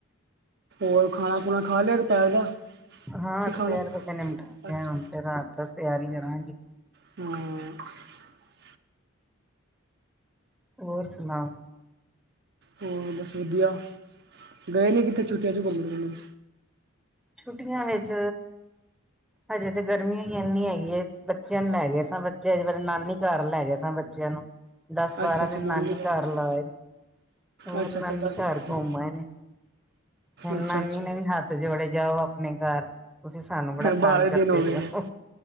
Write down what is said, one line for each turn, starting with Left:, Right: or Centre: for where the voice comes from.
Right: ਹੋਰ ਖਾਣਾ-ਖੁਣਾ ਖਾ ਲਿਆ ਦੁਪੇਰ ਦਾ?
Centre: ਹਾਂ
Right: ਕੀ ਖਾਣਾ
Centre: ਦੁਪਹਿਰ ਤੋਂ ਨਿਪਟਾ ਲਿਆ
Right: ਅੱਛਾ
Centre: ਹੁਣ ਤੇ ਰਾਤ ਦਾ ਤਿਆਰੀ ਕਰਾਂਗੀ।
Right: ਹਾ
Centre: ਹੋਰ ਸੁਣਾਓ?
Right: ਹੋਰ ਬਸ ਵਧੀਆ ਗਏ ਨੀ ਕਿਥੇ ਛੁੱਟੀਆਂ ਚ ਘੁੰਮਣ, ਘੁੰਮਣ?
Centre: ਛੁੱਟੀਆਂ ਵਿੱਚ ਹਜੇ ਤੇ ਗਰਮੀ ਹੋਈ ਇਨੀ ਹੈਗੀ ਏ ਬੱਚਿਆਂ ਨੂੰ ਲੈ ਗਏ ਸ ਬੱਚੇ ਅਜੇ ਵੇਲੇ ਨਾਨੀ ਘਰ ਲੈ ਗਏ ਸ ਬੱਚਿਆਂ ਨੂੰ ਦਸ
Right: ਅੱਛਾ
Centre: ਬਾਰਾਂ
Right: ਅੱਛਾ
Centre: ਦਿਨ ਨਾਨੀ ਘਰ
Right: ਲੈ ਗਏ
Centre: ਲਾਏ ਨੇ। ਹੋਰ
Right: ਅੱਛਾ
Centre: ਨਾਨੀ
Right: ਅੱਛਾ ਦਸ
Centre: ਘਰ
Right: ਬਾਰਾਂ ਦਿਨ
Centre: ਘੁੰਮ ਆਏ ਨੇ। ਹੁਣ
Right: ਅੱਛਾ
Centre: ਨਾਨੀ
Right: ਅੱਛਾ
Centre: ਨੇ ਵੀ ਹੱਥ ਜੋੜੇ ਜਾ ਜਾਓ ਆਪਣੇ ਘਰ ਤੁਸੀਂ ਸਾਨੂੰ ਬੜਾ
Right: ਬਾਰਾਂ
Centre: ਤੰਗ ਕਰਦੇ
Right: ਦਿਨ ਹੋ
Centre: ਪਏ
Right: ਗਏ ਨੇ
Centre: ਓ।